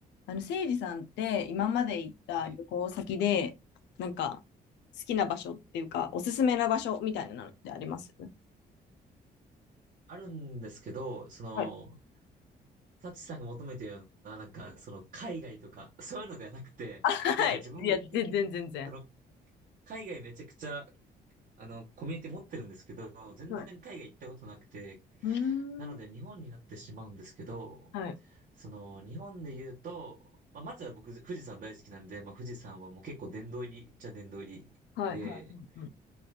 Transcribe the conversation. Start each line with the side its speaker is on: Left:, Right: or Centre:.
Left: あの、せいじさんって今まで行った旅行先で、
Right: はい。
Left: なんか、好きな場所っていうか、おすすめな場所みたいなのってあります
Right: あるんですけど、その、
Left: はい。
Right: サチさんが求めてるような、なんか、その、海外とか、<laughs> そういうのではなくて、
Left: はい。
Right: っていうのは自分、
Left: いや、全然、
Right: 結構、
Left: 全然。
Right: その、海外めちゃくちゃ、あの、コミュニティ持ってるんですけど、全然海外行ったことなくて、
Left: はい。うー
Right: なので日本になってしまうんですけど、
Left: ん。はい。
Right: その、日本で言うと、まあ、まずは僕、富士山大好きなんで、まあ、富士山はもう結構殿堂入りっちゃ殿堂入りで、
Left: はい、はい。うんうん